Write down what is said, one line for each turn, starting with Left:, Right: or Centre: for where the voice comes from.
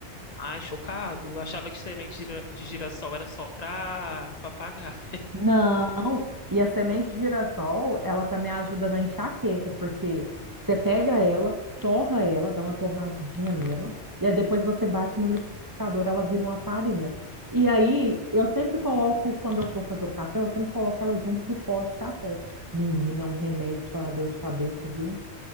Left: ai, chocado. Achava que semente de gira- de girassol era só pra, pra pagar.
Right: Não, e a semente de girassol, ela também ajuda na enxaqueca, porque você pega ela, torra ela, dá uma torradinha nela, e aí depois você bate no liquidificador, ela vira uma farinha. E aí, eu sempre coloco, quando eu vou fazer o café, eu sempre coloco ela junto do pó de café. Menina, é um remédio para dor de cabeça, viu?